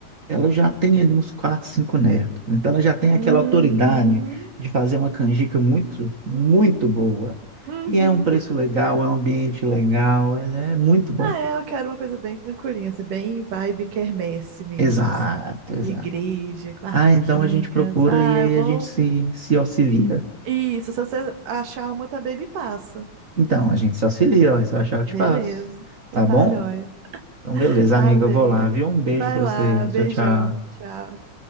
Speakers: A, on the right (about 40°); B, on the right (about 80°).
A: ela já tem ali uns quatro, cinco netos. Então ela já tem aquela
B: Uhum.
A: autoridade de fazer uma canjica muito, muito
B: Hum.
A: boa.
B: Uhum.
A: E é um preço legal, é um ambiente legal, é, é muito bom.
B: Ah, é, eu quero uma coisa bem tranquilinha, assim, bem vibe quermesse mesmo,
A: Exato,
B: assim,
A: exato.
B: de igreja, com barraquinhas.
A: Ah, então a gente procura
B: Ah,
A: e aí
B: eu vou.
A: a gente se, se auxilia.
B: Isso, se você achar uma também me passa.
A: Então, a gente se auxilia, ó, se eu achar eu te
B: Beleza.
A: passo.
B: Então
A: Tá
B: tá
A: bom?
B: joia.
A: Então, beleza,
B: Tá
A: amiga,
B: bem.
A: eu vou lá, viu? Um beijo
B: Vai
A: pra
B: lá,
A: você.
B: beijão.
A: Tchau, tchau.
B: Tchau.